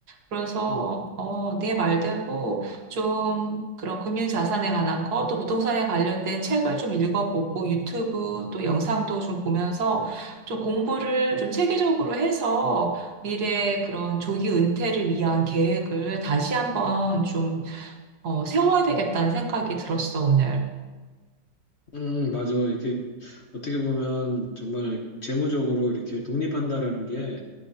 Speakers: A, on the right; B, on the left.
A: 그래서
B: 음,
A: 어, 네 말대로 좀 그런 금융자산에 관한 거, 또 부동산에 관련된 책을 좀 읽어보고 유튜브 또 영상도 좀 보면서 좀 공부를 좀 체계적으로 해서 미래 그런 조기 은퇴를 위한 계획을 다시 한번 좀 어, 세워야 되겠다는 생각이 들었어, 오늘.
B: 음, 맞아. 이렇게 어떻게 보면 정말 재무적으로 이렇게 독립한다라는 게